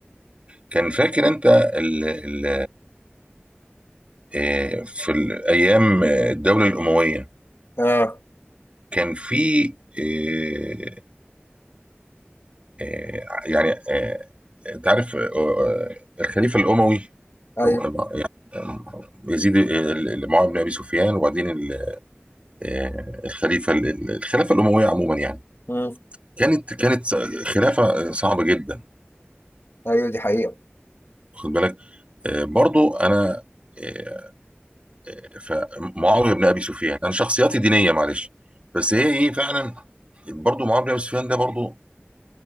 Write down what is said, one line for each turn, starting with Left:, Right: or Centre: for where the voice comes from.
Right: كان فاكر أنت ال ال آه، في الأيام آه، الدولة الأموية
Left: اه
Right: كان في آه، آه، يعني آه، انت عارف آه، آه، الخليفه الاموي
Left: ايوه
Right: آه، يعني آه، يزيد آه، اللي معاويه بن ابي سفيان وبعدين ال- آه، الخليفه ال- ال- الخلافه الامويه عموما يعني
Left: مم.
Right: كانت كانت خلافه صعبه جدا
Left: ايوه دي حقيقة
Right: واخد بالك آه، برضو انا آه، آه، فمعاويه بن ابي سفيان انا شخصياتي دينيه معلش بس هي ايه فعلا برضو معاويه بن ابي سفيان ده برضو